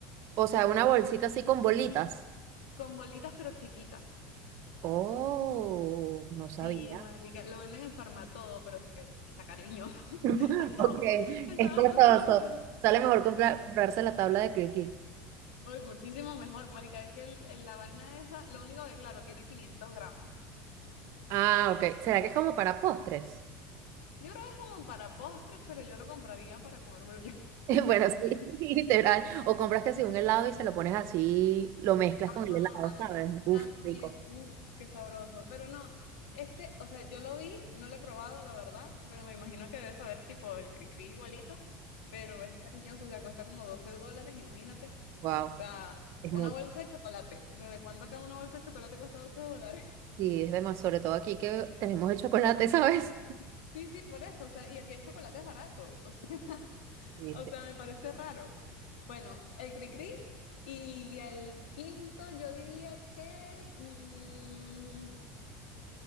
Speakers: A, on the right; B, on the left.
A: O sea, una bolsita así con bolitas.
B: Con bolitas, pero chiquitas.
A: Oh, no sabía.
B: Sí, marica. Lo venden en Farmatodo, pero es- es- está cariñoso. <laughs>
A: <laughs>
B: Está,
A: Ok,
B: bast- está
A: es
B: bastante
A: costoso.
B: cariñoso.
A: Sale mejor comprar- comprarse la tabla de croquis.
B: Uy, muchísimo mejor, marica. Es que el- el- la vaina esa, lo único que, claro, tiene 500 gramos.
A: Ah, ok. ¿Será que es como para postres?
B: Yo creo que es como para postres, pero yo lo compraría para comérmelo yo.
A: <laughs> Bueno, sí, <laughs> literal. O compras que si un helado y se lo pones así, lo mezclas
B: <laughs>
A: con el helado, ¿sabes? Uf,
B: También,
A: rico.
B: uff, qué sabroso. Pero no, este, o sea, yo lo vi, no lo he probado, la verdad, pero me imagino que debe saber tipo el cri-cri igualito, pero es cariñoso, o sea, cuesta como 12 dólares, imagínate.
A: Wow,
B: O sea,
A: es
B: una
A: mucho.
B: bolsa de chocolate. O sea, ¿de cuánto acá una bolsa de chocolate cuesta doce dólares? <laughs>
A: Sí, es demás, sobre todo aquí que tenemos el chocolate, <laughs> ¿sabes?
B: Sí, sí, por eso. O sea, y aquí el chocolate es barato. O sea, <laughs>
A: Sí,
B: o
A: sí.
B: sea, me parece raro. Bueno, el cri-cri y el quinto, yo diría que... mm,